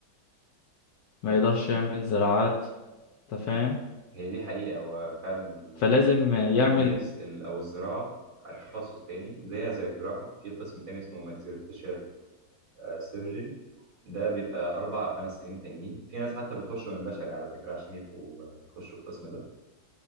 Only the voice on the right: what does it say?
هي دي حقيقه وفعلا
الفينيرز او الزراعه تخصص تاني زيها زي الجراحه في قسم تاني اسمه ماكسيلوفيشيال سيرجري ده بيبقى اربع او خمس سنين تانيين في ناس حتى بيخشوا من بشري على فكره عشان يبقوا آه، يخشوا القسم ده